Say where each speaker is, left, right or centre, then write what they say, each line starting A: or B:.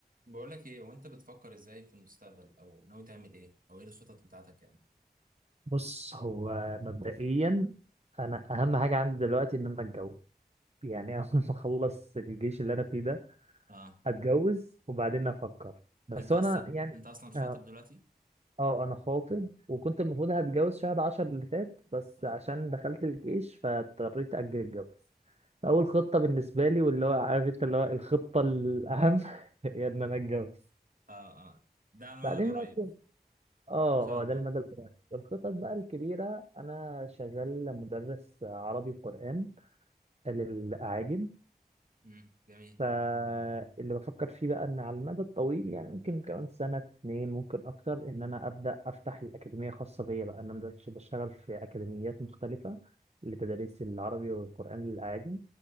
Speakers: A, on the right (about 55°); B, on the right (about 40°).
A: بقول لك ايه وانت بتفكر ازاي في المستقبل او ناوي تعمل ايه او ايه الخطط بتاعتك يعني
B: بص هو مبدئيا انا اهم حاجه عندي دلوقتي ان انا اتجوز يعني <laughs> اول ما اخلص الجيش اللي انا فيه ده
A: اه
B: هتجوز وبعدين افكر بس
A: انت
B: انا
A: اصلا
B: يعني
A: انت اصلا خاطب
B: اه
A: دلوقتي
B: آه، انا خاطب وكنت المفروض هتجوز شهر عشر اللي فات بس
A: اه
B: عشان دخلت الجيش فاضطريت اجل الجواز فاول
A: اه
B: خطه بالنسبه لي واللي هو عارف انت اللي هو الخطه الاهم <laughs> هي ان انا اتجوز
A: اه اه ده على المدى
B: بعدين
A: القريب
B: بقى
A: ان
B: اه
A: شاء الله
B: آه، ده المدى القريب الخطط بقى الكبيرة أنا شغال مدرس عربي وقرآن للأعاجم
A: امم جميل
B: فاللي بفكر فيه بقى إن على المدى الطويل يعني ممكن كمان سنة اتنين ممكن أكتر إن أنا أبدأ أفتح الأكاديمية خاصة بيا بقى إن أنا دلوقتي بشتغل في أكاديميات مختلفة لتدريس العربي والقرآن للأعاجم